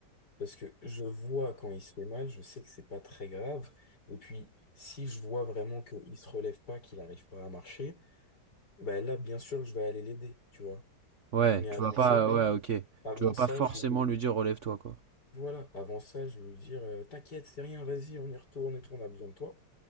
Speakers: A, on the left (about 65°); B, on the right (about 50°).
A: parce que je vois quand il se fait mal, je sais que c'est pas très grave. Et puis si je vois vraiment qu'il se relève pas, qu'il n'arrive pas à marcher, bah là bien sûr je vais aller l'aider, tu vois.
B: Ouais,
A: Mais
B: tu
A: avant
B: vas pas,
A: ça,
B: ouais, ok.
A: avant
B: Tu vas
A: ça,
B: pas forcément
A: je vais
B: lui dire, relève-toi, quoi.
A: voilà, avant ça, je vais lui dire euh, t'inquiète, c'est rien, vas-y, on y retourne et tout, on a besoin de toi.